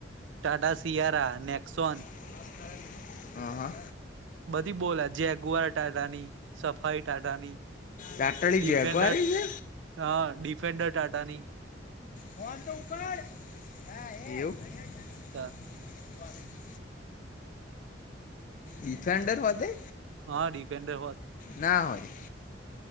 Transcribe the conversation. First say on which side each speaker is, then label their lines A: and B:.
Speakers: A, on the right; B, on the left.
A: ટાટા શીયારા નેક્સોન
B: <inaudible> હ હા.
A: બધી બોલા જેગુવાર ટાટાની સફાઈ ટાટાની
B: રાટડી
A: ડિફેન્ડર
B: જેગવારી છે
A: હા ડિફેન્ડર ટાટાની
B: ફોન તો ઉપર હા એવું
A: ચાલ
B: <inaudible> ડીફેન્ડર હોદે
A: હા, ડિફેન્ડર હોતા.
B: ના હોય.